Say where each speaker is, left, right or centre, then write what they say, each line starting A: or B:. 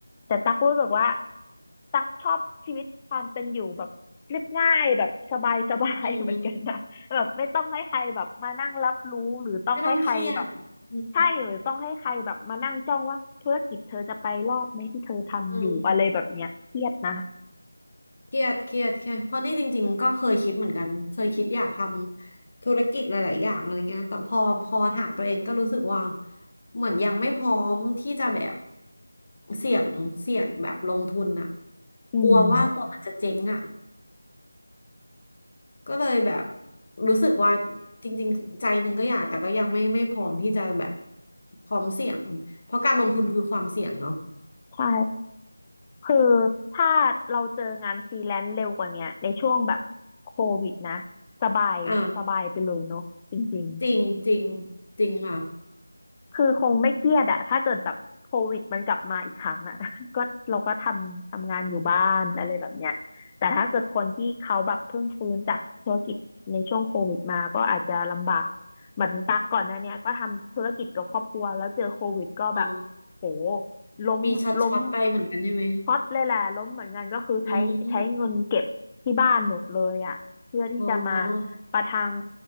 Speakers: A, on the left; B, on the left.
A: แต่ตั๊กรู้สึกว่า ตักชอบชีวิตความเป็นอยู่แบบเรียบง่ายแบบสบายสบายเหมือนกันนะ
B: อืม
A: <laughs> แบบไม่ต้องให้ใครแบบมานั่งรับรู้หรือต้องให้ใครแบบ
B: ไม่ต้องเครียดอืม
A: ใช่หรือต้องให้ใครแบบมานั่งจ้องว่าธุรกิจเธอจะไปรอดไหมที่เธอทำอยู่อะไรแบบเนี้ยเครียดนะ
B: อืมเครียดเครียดแค่เพราะนี่จริงๆ ก็เคยคิดเหมือนกัน เคยคิดอยากทำธุรกิจหลายๆ อย่างอะไรเงี้ยแต่พอพอถามตัวเองก็รู้สึกว่าเหมือนยังไม่พร้อมที่จะแบบเสี่ยงเสี่ยงแบบลงทุนอะ
A: อืม
B: กลัวว่ากลัวมันจะเจ๊งอะก็เลยแบบรู้สึกว่าจริงๆใจหนึ่งก็อยากแต่ก็ยังไม่ไม่พร้อมที่จะแบบพร้อมเสี่ยงเพราะการลงทุนคือความเสี่ยงเนาะ
A: ใช่คือถ้าเราเจองานฟรีแลนซ์เร็วกว่าเนี้ยในช่วงแบบโควิดนะสบายสบายไปเลยเนาะจริง
B: อ่าจริงจริงจริงค่ะ
A: คือคงไม่เครียดอะถ้าเกิดแบบโควิดมันกลับมาอีกครั้งอะ <laughs> ก็เราก็ทำทำงานอยู่บ้านอะไรแบบเนี้ยแต่ถ้าเกิดคนที่เขาแบบเพิ่งฟื้นจากธุรกิจในช่วงโควิดมาก็อาจจะลำบากเหมือนตักก่อนหน้าเนี้ยก็ทำธุรกิจกับครอบครัวแล้วเจอโควิดก็แบบโห
B: อ๋อ
A: ล้มล้ม
B: มีช็อตช็อตไปเหมือนกันใช่ไหม
A: พอตเลยแหละล้มเหมือนกันก็คือใช้ใช้เงินเก็บที่บ้านหมดเลยอะเพื่อที่จะมา
B: อืมอ๋อ
A: ประทัง